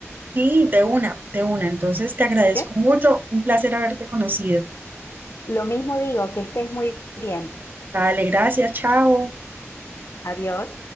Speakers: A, on the right; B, on the left.
A: Sí, de una, de una. Entonces te agradezco
B: Muy bien.
A: mucho, un placer haberte conocido.
B: Lo mismo digo, que estés muy bien.
A: Dale, gracias, chao.
B: Adiós.